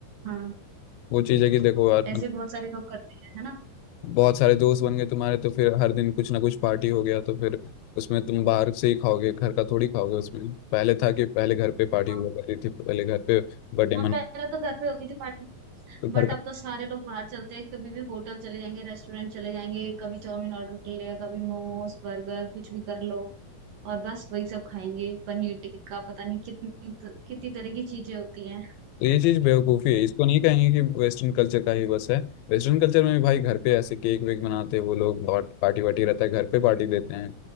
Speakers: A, on the right; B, on the left.
A: हाँ
B: वो चीज है कि देखो यार
A: ऐसे बहुत सारे लोग करते हैं है ना
B: बहुत सारे दोस्त बन गए तुम्हारे तो फिर हर दिन कुछ ना कुछ पार्टी हो गया तो फिर उसमें तुम बाहर से ही खाओगे घर का थोड़ी खाओगे उसमें पहले था कि पहले घर पे पार्टी
A: हाँ
B: हुआ करती थी पहले घर पे बर्थडे
A: हाँ,
B: मना
A: पहले तो घर पे होती थी पार्टी
B: तो घर
A: बट अब
B: का
A: तो सारे लोग बाहर चलते हैं कभी भी होटल चले जाएंगे रेस्टोरेंट चले जाएंगे कभी चाउमीन ऑर्डर कर लिया कभी मोमोज बर्गर कुछ भी कर लो और बस वही सब खाएंगे पनीर टिक्का पता नहीं कितनी कितनी तरह की चीजें होती हैं
B: तो ये चीज बेवकूफ़ी है इसको नहीं कहेंगे कि वेस्टर्न कल्चर का ही बस है वेस्टर्न कल्चर में भी भाई घर पे ऐसे केक वेक बनाते हैं वो लोग बहुत पार्टी वार्टी रहता है घर पे पार्टी देते हैं